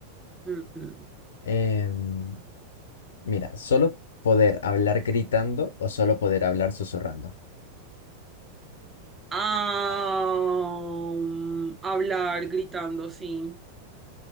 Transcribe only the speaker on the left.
Em, mira, solo poder hablar gritando o solo poder hablar susurrando.